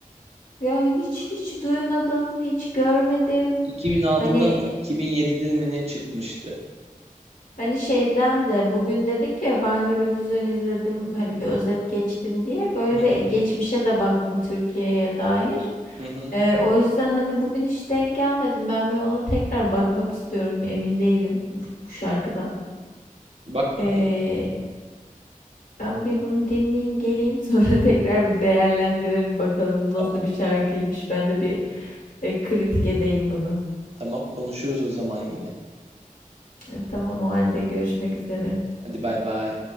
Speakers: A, on the left; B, on the right.
A: Ya hiç hiç duymadım, hiç görmedim.
B: 2006'da
A: Hani
B: mı 2007'de mi ne çıkmıştı?
A: hani şeyden de bugün dedik ya ben Eurovision izledim hani bir özet geçtim diye böyle
B: Hı
A: bir geçmişe de baktım Türkiye'ye dair.
B: hı. hı.
A: Ee, o yüzden hani bugün hiç denk gelmedim. Ben bir ona tekrar bakmak istiyorum. Emin değilim bu, bu şarkıdan.
B: Bak bakalım.
A: Ee, ben bir bunu dinleyeyim geleyim sonra <laughs> tekrar bir değerlendirelim bakalım nasıl
B: Tamam
A: bir şarkıymış. Ben de bir e, kritik edeyim bunu.
B: tamam konuşuruz o zaman yine.
A: E, Tamam o halde görüşmek üzere.
B: Hadi bay bay.